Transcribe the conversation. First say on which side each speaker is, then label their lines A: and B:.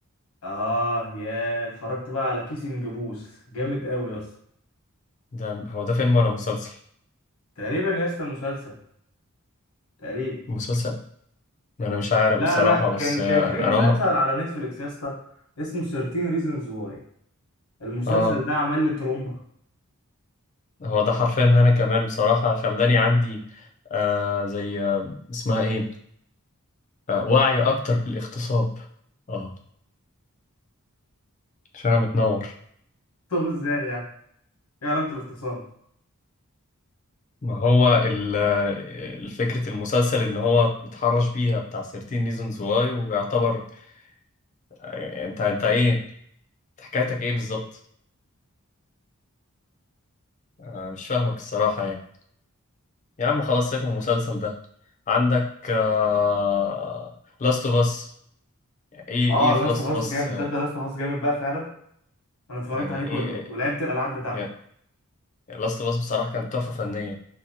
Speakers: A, on the left (about 85°); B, on the left (about 35°).
A: اه يا اتفرجت بقى على كيسنج بوث جامد قوي يا اسطى
B: ده هو ده فيلم ولا مسلسل
A: تقريبا يا اسطى مسلسل تقريبا
B: مسلسل ما انا مش عارف
A: لا
B: بصراحة
A: لا كان
B: بس آه،
A: كان في مسلسل
B: انا أم...
A: على نتفليكس يا اسطى اسمه 13 ريزونز واي المسلسل
B: اه
A: ده عمل لي ترومبا
B: هو ده حرفيا ان انا كمان بصراحة خلاني عندي آه زي آه اسمها ايه آه وعي اكتر بالاغتصاب اه عشان انا متنور
A: <laughs> طب ازاي يعني ايه علاقة الاختصار
B: ما هو ال- الفكرة المسلسل ان هو اتحرش بيها بتاع 13 reasons why ويعتبر آه، انت انت ايه انت حكايتك ايه بالظبط انا مش فاهمك الصراحة يعني يا عم خلاص سيبك من المسلسل ده عندك آه... Last of Us ايه
A: اه
B: ايه في
A: لاست
B: Last
A: اوف اس
B: of Us
A: جامد
B: آه،
A: تصدق لاست اوف اس جامد بقى فعلا انا اتفرجت
B: يعني
A: عليه كله
B: ايه
A: ولعبت الالعاب بتاعته
B: يعني Last of Us بصراحة كانت تحفة فنية